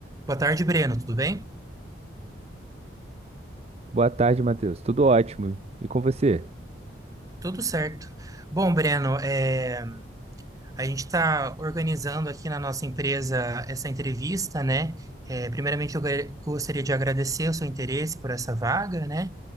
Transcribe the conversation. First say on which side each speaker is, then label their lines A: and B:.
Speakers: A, on the right; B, on the right.
A: Boa tarde, Breno. Tudo bem?
B: Boa tarde, Matheus. Tudo ótimo. E com você?
A: Tudo certo. Bom, Breno, é, a gente está organizando aqui na nossa empresa essa entrevista, né? É, primeiramente, eu gra- gostaria de agradecer o seu interesse por essa vaga, né?